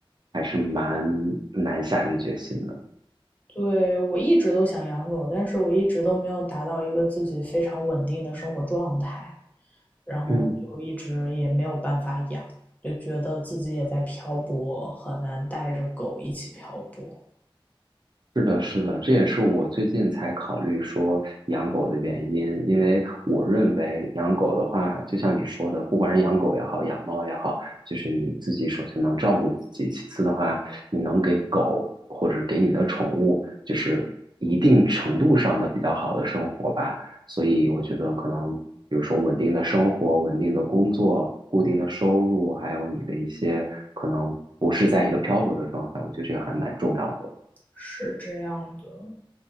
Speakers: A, on the right; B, on the left.
A: 还是蛮难下定决心的。
B: 对，我一直都想养狗，但是我一直都没有达到一个自己非常稳定的生活状态，然后就一直也没有办法养，
A: 嗯。
B: 就觉得自己也在漂泊，很难带着狗一起漂泊。
A: 是的，是的，这也是我最近才考虑说养狗的原因，因为我认为养狗的话，就像你说的，不管是养狗也好，养猫也好，就是你自己首先能照顾自己，其次的话，你能给狗或者给你的宠物，就是一定程度上的比较好的生活吧。所以我觉得可能，比如说稳定的生活、稳定的工作、固定的收入，还有你的一些可能不是在一个漂泊的状态，我觉得这个还蛮重要的。
B: 是这样的，